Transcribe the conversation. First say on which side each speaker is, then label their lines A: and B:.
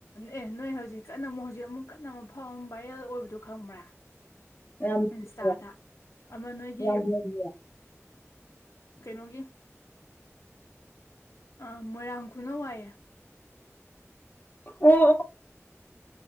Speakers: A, on the left; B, on the left.
A: ꯑꯦ ꯅꯣꯏ ꯍꯧꯖꯤꯛ ꯀꯟꯅ ꯑꯃꯨꯛ ꯍꯧꯖꯤꯛ ꯑꯃꯨꯛ ꯀꯟꯅ ꯃꯐꯝ ꯑꯃ ꯚꯥꯏꯔꯦꯜ ꯑꯣꯏꯕꯗꯣ ꯈꯪꯕ꯭ꯔꯥ
B: ꯌꯥꯝ ꯂꯩꯒ꯭ꯔꯦ
A: ꯏꯟꯁꯇꯥꯗ ꯑꯃ ꯅꯣꯏꯒꯤ
B: ꯌꯥꯝ ꯂꯩꯒ꯭ꯔꯦ
A: ꯀꯩꯅꯣꯒꯤ ꯑ ꯃꯣꯏꯔꯥꯡ ꯈꯨꯅꯧ ꯋꯥꯏꯌꯦꯦ
B: ꯎꯝ ꯎꯝ